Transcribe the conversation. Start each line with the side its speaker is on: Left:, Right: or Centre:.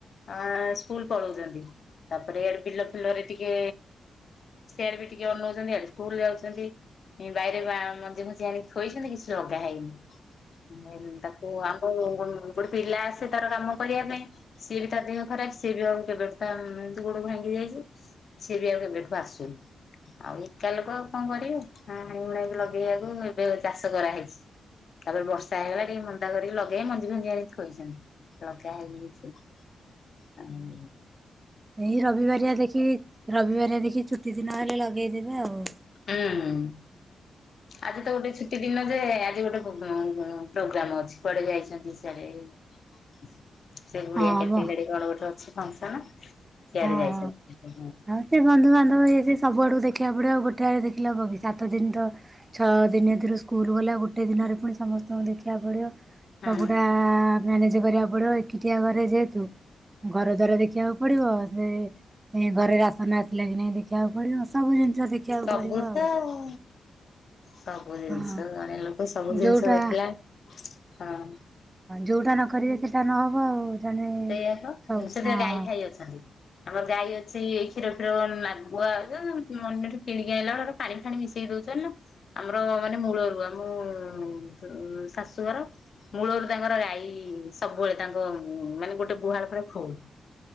Left: ଅ ସ୍କୁଲ ପଳଉଚନ୍ତି ତାପରେ ବିଲ ଫିଲରେ ଟିକେ ସେଆରେ ବି ଟି କି ଅନଉଚନ୍ତି ଇଆଡ଼େ ସ୍କୁଲ ଯାଉଚନ୍ତି ଇଁ ବାଇ ଏ ବାୟଣ ମଞ୍ଜି ଫଜି ଆଣିକି ଥୋଇଛନ୍ତି କିଛି ଲଗା ହେଇନି। ତାକୁ ଆମ୍ବ ଗୋ ଗୋଟେ ପିଲା ଆସେ ତାର କାମ କରିବା ପାଇଁ ସିଏ ବି ତା ଦେହ ଖରା ସିଏ ବି ଆଉ କେବେଠୁ ତା ଏମିତି ଗୋଡ ଭାଙ୍ଗି ଯାଇଚି ସିଏ ବି ଆଉ କେବେଠୁ ଆସୁନି। ଆଉ ଏକା ଲୋକ ଆଉ କଣ କରିବେ ହଁ ହାଣିହୁଣାଇକି ଲଗେଇବାକୁ ଏବେ ଚାଷ କରାହେଇଛି। ତାପରେ ବର୍ଷା ହେଇଗଲା ଟିକେ ମନ୍ଦା କରିକି ଲଗେବେ ମଞ୍ଜି ଫଞ୍ଜି ଆଣିକି ଥୋଇଚନ୍ତି। ଲଗା ହେଇନି କିଛି ଆଉ
Right: ଏଇ ରବିବାରିଆ ଦେଖିକି ରବିବାରିଆ ଦେଖିକି ଚୁଟି ଦିନ ହେଲେ ଲଗେଇଦବେ ଆଉ।
Left: ହୁଁ ଆଜି ତ ଗୋଟେ ଛୁଟି ଦିନ ଯେ ଆ ଜି ଗୋଟେ ପୋଗାମ ଉଁ ପୋଗ୍ରାମ ଅଛି କୁଆଡେ ଯାଇଛନ୍ତି ସିଆଡ଼େ। ସେ ବୁଡିଆ
Right: ଆଉ
Left: କେତେ
Right: ହଁ ମ
Left: ଗାଡ଼ି କଣ ଗୋଟେ ଅଛି ଫଙ୍କସନ। ସିଆଡେ
Right: ହଁ
Left: ଯାଇଛନ୍ତି ହୁଁ
Right: ହଁ ସେ ବନ୍ଧୁବାନ୍ଧବ ହେଇଚି ସବୁଆଡୁ। ଦେଖିବାକୁ ପଡ଼ିବ ଆଉ ଗୋଟେ ଆଉ ଦେଖିଲେ ହବକି ସାତ ଦିନ ତ ଛଅ ଦିନି ଏଥିରୁ ସ୍କୁଲ ଗଲେ ଆଉ ଗୋଟେ ଦିନରେ ପୁଣି ସମସ୍ତଙ୍କୁ ଦେଖିବାକୁ ପଡ଼ିବ।
Left: ହୁଁ
Right: ସବୁଟା ମ୍ୟାନେଜ କରିବାକୁ ପଡିବ ଏକୁଟିଆ ଘରେ ଯେହେତୁ। ଘର ଦ୍ୱାର ଦେଖିବାକୁ ପଡିବ ସେ ଘରେ ରାସନ ଆସିଲା କି ନାହିଁ ଦେଖିବାକୁ ପଡିବ ସବୁ ଜିନିଷ ଦେଖିବାକୁ
Left: ସବୁ
Right: ପଡିବ ଆଉ
Left: ତ ଆ ସବୁ ଜିନିଷ
Right: ହଁ
Left: ଜଣେ ଲୋକ ସବୁ ଜିନିଷ
Right: ଯୋଉଟା
Left: ଦେଖିଲେ ହଁ
Right: ଯୋଉଟା ନ କରିବେ ସେଇଟା ନହବ ଆଉ। ଜଣେ
Left: ସେଇଆ ତ
Right: ସବୁ
Left: ସେଥିରେ
Right: ହଁ
Left: ଗାଈ ଫାଇ ଅଛନ୍ତି। ଆମର ଗାଈ ଅଛି କ୍ଷୀର ଫିର କଣ ନାଗୁଆ <unintelligible> ଅନ୍ୟଠୁ କିଣିକି ଆଣିଲା ବେଳର ପାଣି ଫାଣି ମିଶେଇ <unintelligible> ଚାଲ୍ ର ଆମର ମାନେ ମୂଳରୁ ଆମୁ ଉଁ ଶାଶୁଘର ମୂଳରୁ ତାଙ୍କର ଗାଈ ସବୁବେଳେ ତାଙ୍କ ମାନେ ଗୋଟେ ଗୁହାଳ ପୁରା ଫୁଲ